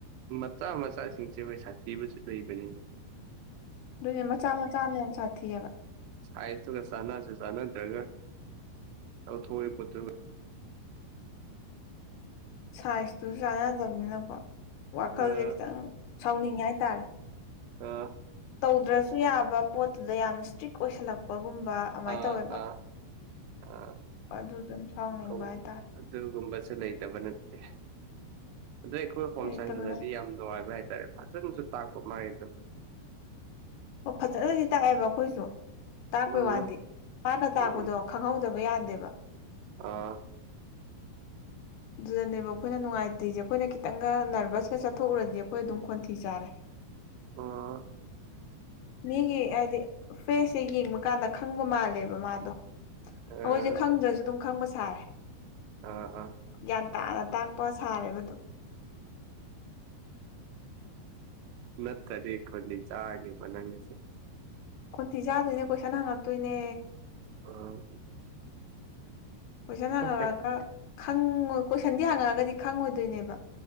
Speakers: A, on the right (about 85°); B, on the left (about 85°).
A: ꯃ‌--ꯃꯆꯥ ꯃꯆꯥꯁꯤꯡꯁꯦ ꯍꯣꯏ ꯁꯥꯊꯤꯕꯁꯨ ꯂꯩꯕꯅꯤꯅꯦ꯫
B: ꯑꯗꯨꯏꯅꯦ ꯃꯆꯥ ꯃꯆꯥꯅꯦ ꯌꯥꯝ ꯁꯥꯊꯤꯑꯦꯕ
A: ꯁꯥꯏꯁ ꯇꯨꯒ ꯆꯥꯅꯁꯨ ꯆꯥꯅ ꯗ꯭ꯔꯒ꯫ ꯑ ꯊꯠꯇ
B: ꯁꯥꯏꯖꯇꯨꯁꯨ ꯆꯥꯟꯅꯗꯕꯅꯤꯅꯀꯣ ꯋꯥꯈꯜꯁꯦ
A: ꯑꯥ
B: ꯈꯤꯇꯪ ꯁꯥꯎꯅꯤꯡꯉꯦ ꯍꯥꯏꯇꯥꯔꯦ
A: ꯑ
B: ꯇꯧꯗ꯭ꯔꯁꯨ ꯌꯥꯕ ꯄꯣꯠꯇꯨꯗ ꯌꯥꯝꯅ ꯏꯁꯇ꯭ꯔꯤꯛ ꯑꯣꯏꯁꯜꯂꯛꯄꯒꯨꯝꯕ ꯑꯗꯨꯃꯥꯏꯅ
A: ꯑꯥ
B: ꯇꯧꯋꯦꯕ
A: ꯑꯥ ꯑꯥ
B: ꯑꯗꯨꯗꯨꯝ ꯁꯥꯎꯅꯤꯡꯕ
A: ꯇꯧ
B: ꯍꯥꯏꯇꯥꯔꯦ
A: ꯑꯗꯨꯒꯨꯝꯕꯁꯨ ꯂꯩꯇꯕ ꯅꯠꯇꯦ ꯑꯗꯩꯈꯣ ꯣꯝ
B: ꯂꯩꯇꯕꯅ
A: ꯁꯥꯏꯟꯁꯗꯗꯤ ꯌꯥꯝ ꯅꯨꯡꯉꯥꯏꯕ ꯍꯥꯏꯇꯥꯔꯦ ꯐꯖꯅꯁꯨ ꯇꯥꯛꯄ ꯃꯥꯒꯤꯗꯣ
B: ꯑꯣ ꯐꯖꯅꯗꯤ ꯇꯥꯛꯑꯦꯕ ꯑꯈꯣꯏꯁꯨ ꯇꯥꯛꯄꯩ
A: ꯎꯝ
B: ꯋꯥꯗꯤ ꯝꯥꯅ ꯇꯥꯛꯄꯗꯣ
A: ꯎꯝ
B: ꯈꯪꯍꯧꯗꯕ ꯌꯥꯗꯦꯕ꯫
A: ꯑꯥ
B: ꯑꯗꯨꯗꯅꯦꯕ ꯑꯩꯈꯣꯏꯅ ꯅꯨꯡꯉꯥꯏꯇ꯭ꯔꯤꯁꯦ ꯑꯩꯈꯣꯏꯅ ꯈꯤꯇꯪꯒ ꯅꯔꯚꯁꯀ ꯆꯠꯊꯣꯛꯎꯔꯗꯤ ꯑꯩꯈꯣꯏ ꯑꯗꯨꯝ ꯈꯣꯟꯊꯤ ꯆꯥꯔꯦ
A: <inaudible> ꯑꯥ
B: ꯃꯤꯒꯤ ꯍꯥꯏꯗꯤ ꯐ꯭ꯔꯦꯁꯁꯦ ꯌꯦꯡꯕ ꯀꯥꯟꯗ ꯈꯪꯕ ꯃꯥꯜꯂꯦꯕ ꯃꯥꯗꯣ ꯑꯗꯣ
A: ꯑꯥ
B: ꯑꯩꯈꯣꯏꯁꯦ ꯈꯪꯗ꯭ꯔꯁꯨ ꯑꯗꯨꯝ ꯈꯪꯕ ꯁꯥꯔꯦ
A: ꯑꯥ ꯑꯥ
B: ꯒ꯭ꯌꯥꯟ ꯇꯥꯅ ꯇꯥꯛꯄ ꯁꯥꯔꯦꯕꯗꯨ
A: ꯅꯠꯇꯔ ꯈꯣꯟꯗꯤ ꯆꯥꯒꯕ ꯅꯪꯒꯤꯁꯦ
B: ꯈꯣꯟꯊꯤ ꯆꯥꯗꯣꯏꯅꯦ ꯀꯣꯏꯁꯟ ꯍꯪꯉꯛꯇꯣꯏꯅꯦ꯫
A: ꯑ
B: ꯀꯣꯏꯁꯟ ꯍꯥꯡꯉꯛꯑꯒ
A: ꯑꯁ ꯑꯩ-
B: ꯈꯉ ꯀꯣꯏꯁꯟꯗꯤ ꯍꯥꯡꯉꯛꯑꯒꯗꯤ ꯈꯪꯉꯣꯏꯗꯣꯏꯅꯦꯕ